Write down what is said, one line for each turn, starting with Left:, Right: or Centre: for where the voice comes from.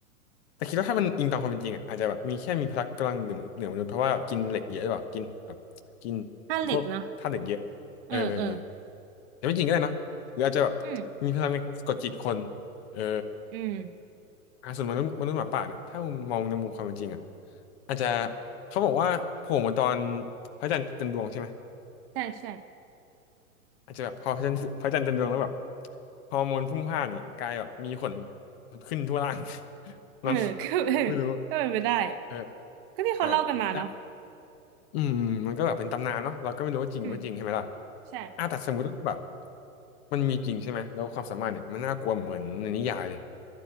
Left: แต่คิดว่าถ้ามันอิงตามความเป็นจริงอ่ะอาจจะแบบมีแค่มีพละกำลังเหนือเหนือมนุษย์เพราะว่าแบบกินเหล็กเยอะหรือเปล่ากินแบบกิน
Right: ผ้าเหล็กเนาะ
Left: พวกธาตุเหล็กเยอะเออเออเออ
Right: เออเออ
Left: แต่ไม่จริงก็ได้เนาะหรืออาจจะแบบ
Right: อืม
Left: มีพลังในกากดจิตคนเออ
Right: อืม
Left: อ่ะส่วนมนุษย์มนุษย์หมาป่าเนี่ยถ้ามุมมองในมุมความเป็นจริงอ่ะอาจจะเขาบอกว่าโผล่มาตอนพระจันทร์เต็มดวงใช่ไหม
Right: ใช่ใช่
Left: อาจจะแบบพอพระจันทร์พระจันทร์เต็มดวงแล้วแบบฮอร์โมนพรุ่งพล่านนี่กลายแบบมีขนขึ้นทั่วร่าง <laughs>
Right: เออ
Left: มั้ง
Right: <laughs> ก็เออก็เป็นไปได้
Left: ไม่รู้เออ
Right: ก็ที่เขาเล่ากันมาเนาะ
Left: อ่ะแต่อืมมันก็แบบเป็นตำนานเนาะเราก็ไม่รู้ว่าจริงหรือไม่จริงใช่ไหมล่ะ
Right: อืมใช่
Left: อ่ะแต่สมมติว่าแบบมันมีจริงใช่ไหมแล้วความสามารถเนี่ยมันน่ากลัวเหมือนในนิยายเลย